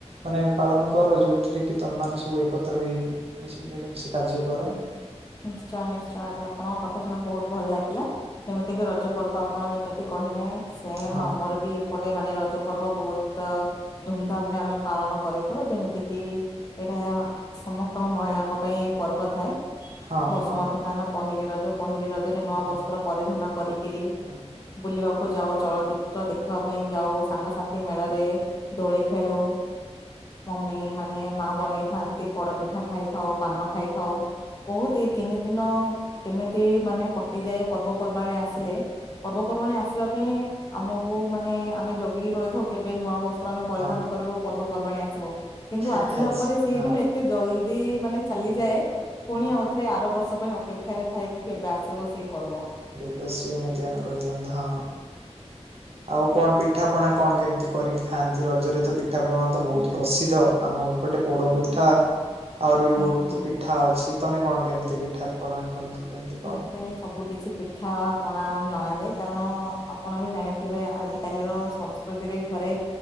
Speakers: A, on the right; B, on the left.
A: ମାନେ ପାଳନ କର ଯୋଉଥିରେ କି ତମ ମାନେ ସବୁ ଏକତ୍ର ହେଇ ମିଶି ମିଳିମିଶି କାର୍ଯ୍ୟ କର?
B: ନିଶ୍ଚୟ ନିଶ୍ଚୟ ଆଜ୍ଞା ଆପଣଙ୍କ କଥା ଶୁଣି ବହୁତ ଭଲ ଲାଗିଲା। ଯେମିତିକି ରଜ ପର୍ବ ଆପଣ ଯେମିତି କହିଲେ। ସେମ
A: ହଁ
B: ଆମର ବି ଏପଟେ ମାନେ ରଜ ପର୍ବ ବହୁତ ଧୁମଧାମ ରେ ଆମେ ପାଳନ କରି ତ ଯେମିତି କିି ଏଇଟା ସମସ୍ତଙ୍କ ମହିଳାଙ୍କ ପାଇଁ ଏଇ ପର୍ବ ଥାଏ।
A: ହଁ
B: ବସୁମତୀ
A: ହଁ
B: ସ୍ଥାନ ପହିଲି ରଜ ପହିଲି ରଜ ରେ ନୂଆ
A: ହୁଁ
B: ବସ୍ତ୍ର ପରିଧାନ କରିକିରି
A: ହୁଁ
B: ବୁଲିବାକୁ ଯାଉ। ଚଳଚିତ୍ର ଦେଖ ଦେଖିବା ପାଇଁ ଯାଉ, ସାଙ୍ଗସାଥି ମେଳରେ ଦୋଳି ଖେଳୁ। ମେ ମାନେ ମା ବନେଇଥାନ୍ତି ପୋଡପିଠା ଖାଇଥାଉ, ପାନ ଖାଇଥାଉ। ବହୁତ ଏଇ ତିନି ଦିନ କେମିତି ମାନେ କଟିଯାଏ ପର୍ବପର୍ବାଣି ଆସିଲେ।
A: ହୁଁ
B: ପର୍ବପର୍ବାଣି ଆସିବା ପାଇଁ ଆମକୁ ମାନେ ଆମେ ଜଗିକି ରହିଥାଉ କେବେ ନୂଆ ବସ୍ତ ତ୍ର ଆମେ ପରିଧାନ
A: ହଁ
B: କରିବୁ ପର୍ବପର୍ବାଣଣି ଆସିବ? କିନ୍ତୁ ଆସିଲା
A: ଆଚ୍ଛା
B: ପରେ ସେଇଦିନ
A: ହଁ
B: ଏତେ ଜଲଦି ମାନେ ଚାଲିଯାଏ।
A: ହୁଁ ହୁଁ।
B: ପୁଣି ଆଉଥରେ ଆର ବର୍ଷ ପାଇଁ ଅପେକ୍ଷାରେ ଥାଏ କି କେବେ ଆସିବ ସେଇ ପର୍ବ।
A: ତ ସେଏମିତି ଆମେ କହିଥାନ୍ତୁ ହଁ। ଆଉ କଣ ପିଠାପଣା କଣ କେମିତି କରିକି ଖାଆନ୍ତି? ରଜରେ ତ ପିଠାପଣା ତ ବହୁତ ପ୍ରସିଦ୍ଧ ଆମ ଏପଟେ ପୋଡ଼ପିଠା ଆହୁରି ବି ବହୁତ
B: ଆଜ୍ଞା।
A: ପିଠା ଅଛି ତମେ କଣ କେମିତି ପିଠା ପଣା କଣ କେମିତି? କର?
B: ମତେ ସବୁ କିଛି ପିଠା ପଣା ଜଣାଯାଏ କାରଣ ଆପଣ ବି ଜାଣି ବେ ଆଜିକାଲିର ସଂସ୍କୃତିରେ ଘରେ